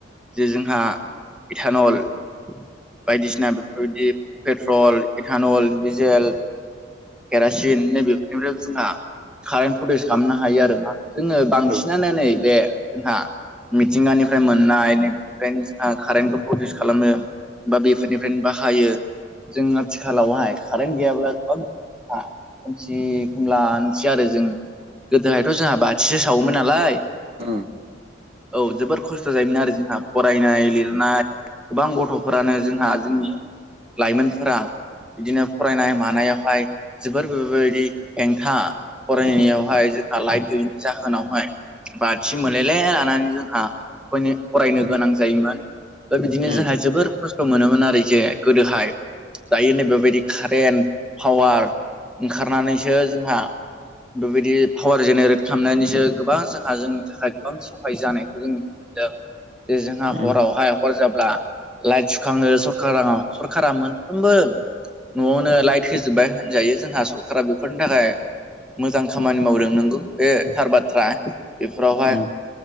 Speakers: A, in the centre; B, on the right (about 30°).
A: जे जोंहा इटानल बायदिसिना बेफोरबायदि पेट्रल इटानल डिजेल केरासिन नै बेफोरनिफ्राय जोंहा कारेन्ट प्रदिउस खालामनो हायो आरो ना जोङो बांसिनानो
B: औ
A: नै बे जोंहा मिथिंगानिफ्राय मोननायफ्रायनो जों कारेन्टखौ प्रदिउस खालामो बा बेफोरनिफ्रायनो बाहायो जों आथिखालावहाय कारेन्ट गैयाब्ला गोबां खानसे खोमलानोसै आरो जों गोदोहायथ' जोंहा बाथिसो सावोमोन नालाय
B: उम
A: औ जोबोर खस्थ' जायोमोन आरो जोंहा फरायनाय लिरनाय गोबां गथ'फोरानो जोंहा जोंनि लाइमोनफोरा बिदिनो फरायनाय मानायावहाय जोबोर बेफोरबायदि हेंथा फरायनायावहाय जोंहा लाइटनि जाहोनावहाय बा सि मोनलेले लानानै जोंहा मान फरायनो गोनां जायोमोन दा बिदिनो
B: उम
A: जोंहा जोबोर खस्थ' मोनोमोन आरो जे गोदोहाय दायो नै बेबायदि कारेन्ट पावार ओंखारनानैसो जोंहा बेबायदि पावार जेनेरेट खालामनायनिसो गोबां जोंहा जों थाखाय गोबां सहाय जानायखौ जों नुनो मोनदों जे जोंहा
B: उम
A: हरावहाय हर जाब्ला लाइट सुखाङो सरखारा सरखारा मोनफ्रोमबो न'आवनो लाइट होजोबबाय होनजायो जोंहा सरखारा बेफोरनि थाखाय मोजां खामानि मावदों नोंगौ बे थार बाथ्रा फोरावहाय
B: उम